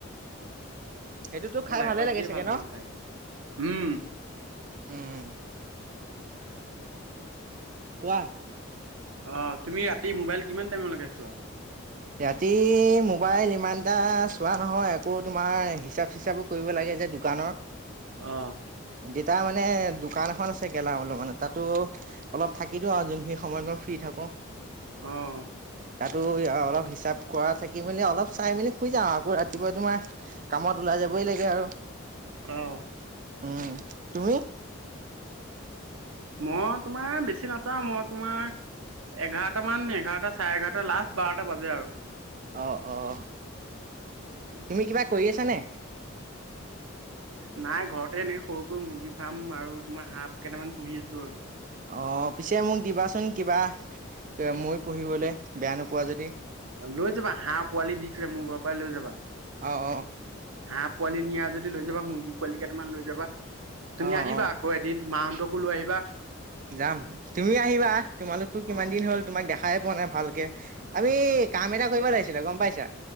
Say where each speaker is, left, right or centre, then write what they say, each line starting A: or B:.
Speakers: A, on the right; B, on the right.
A: সেইটোতো
B: মই
A: খাই
B: লাই
A: ভালে
B: পাত
A: লাগে
B: দিয়ে
A: চাগে
B: ভাল
A: ন?
B: পাওঁ খাই উম
A: উম। কোৱা।
B: অ', তুমি ৰাতি মোবাইল কিমান টাইমৰ লৈকে চোৱা?
A: ৰাতি মোবাইল ইমানটা চোৱা নহয় আকৌ তোমাৰ হিচাপ, চিচাপো কৰিব লাগে যে, দোকানৰ।
B: অ'।
A: দেতাৰ মানে দোকান এখন আছে, গেলামালৰ তাতো অলপ থাকি দিওঁ আৰু যোনখিনি সময়ত মই ফ্ৰী থাকোঁ।
B: অ'।
A: তাতো অলপ হিচাপ কৰা থাকি, মেলি অলপ চাই মেলি শুই যাওঁ, আকৌ ৰাতিপুৱা তোমাৰ কামত ওলাই যাবই লাগে আৰু।
B: অ'।
A: উম, তুমি?
B: মই তোমাৰ বেছি নাচাওঁ, মই তোমাৰ এঘাৰটামান, এঘাৰটা চাৰে এঘাৰটা লাষ্ট বাৰটা বাজে আৰু।
A: অ', অ', তুমি কিবা কৰি আছানে?
B: নাই ঘৰতে এনেই সৰুকৈ মুৰ্গী ফাৰ্ম আৰু তোমাৰ হাঁহ কেটামান পুহি আছোঁ আৰু।
A: অ', পিছে মোক দিবাচোন কিবা, ময়ো পুহিবলে। বেয়া নোপোৱা যদি।
B: লৈ যাবা হাঁহ পোৱালি দিছে, মোৰ ঘৰৰ পৰাই লৈ যাবা।
A: অ', অ',
B: হাঁহ পোৱালি নিয়া যদি লৈ যাবা, মুৰ্গী পোৱালি কেইটামান লৈ যাবা,
A: অ',
B: তুমি আহিবা
A: অ',
B: আকৌ‌ এ দিন মাহঁতকো লৈ আহিবা।
A: যাম, তুমিও আহিবা। তোমালোকতো কিমান
B: অ
A: দিন হ'ল তোমাক দেখাই পোৱা নাই ভালকে।
B: অ',
A: আমি কাম এটা কৰিব লাগিছিলে গম পাইছা?